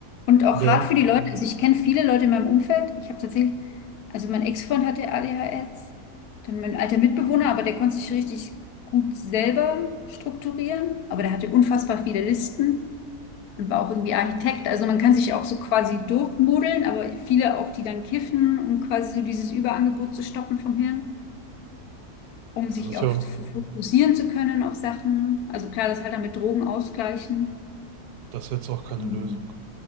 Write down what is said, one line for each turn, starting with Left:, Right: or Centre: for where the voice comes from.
Left: Und auch
Right: der,
Left: hart für die Leute. Also ich kenne viele Leute in meinem Umfeld. Ich habe tatsächlich, also mein Ex-Freund hatte ADHS, dann mein alter Mitbewohner, aber der konnte sich richtig gut selber strukturieren, aber der hatte unfassbar viele Listen und war auch irgendwie Architekt. Also man kann sich auch so quasi durchmodeln, aber viele auch, die dann kiffen, um quasi so dieses Überangebot zu stoppen vom Hirn, um sich
Right: das ist
Left: auch
Right: ja,
Left: f- fokussieren zu können auf Sachen. Also klar, das halt dann mit Drogen ausgleichen.
Right: das ist jetzt auch keine
Left: Ähm,
Right: Lösung.